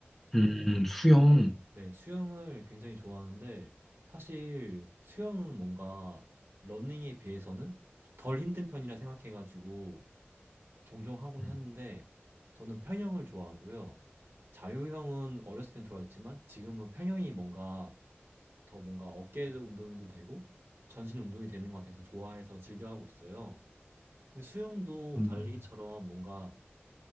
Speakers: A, in the centre; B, on the right.
A: 음, 수영.
B: 네, 수영을 굉장히 좋아하는데 사실 수영은 뭔가 러닝에 비해서는 덜 힘든 편이라 생각해가지고 종종 하곤
A: 음,
B: 하는데 저는 평형을 좋아하고요. 자유형은 어렸을 땐 좋아했지만 지금은 평형이 뭔가 더 뭔가 어깨 운동이도 되고 전신 운동이 되는 것 같아서 좋아해서 즐겨 하고 있어요. 근데 수영도
A: 음,
B: 달리기처럼 뭔가